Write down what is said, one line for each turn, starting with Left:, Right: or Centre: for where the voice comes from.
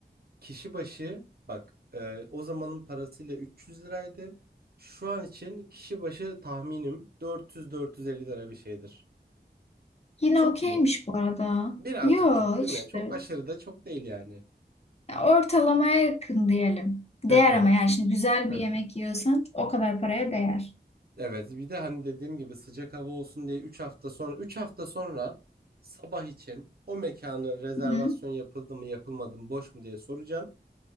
Right: kişi başı bak e, o zamanın parasıyla 300 liraydı. Şu an için kişi başı tahminim 400-450 lira bir şeydir.
Left: Yine
Right: Çok
Left: okeymiş
Right: mu?
Left: bu arada.
Right: Birazcık
Left: Yo
Right: çok değil
Left: işte.
Right: mi? Çok aşırı da çok değil yani.
Left: Ya Ortalamaya yakın diyelim. Değer
Right: Hı hı.
Left: ama yani şimdi güzel
Right: Hı
Left: bir
Right: hı.
Left: yemek yiyorsan o kadar paraya değer.
Right: Evet bir de hani dediğim gibi sıcak hava olsun diye üç hafta sonra üç hafta sonra sabah için o mekanı rezervasyon
Left: Hı hı.
Right: yapıldı mı yapılmadı mı boş mu diye soracağım.